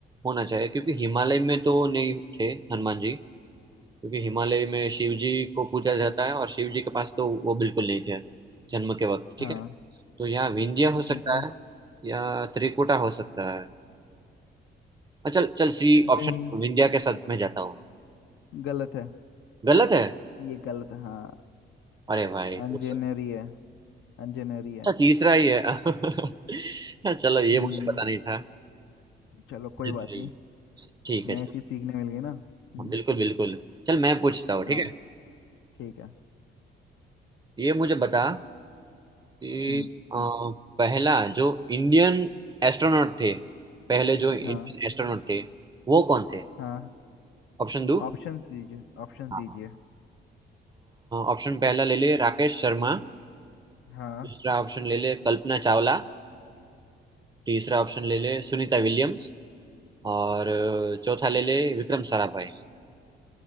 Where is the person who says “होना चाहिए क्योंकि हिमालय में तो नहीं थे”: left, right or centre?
Right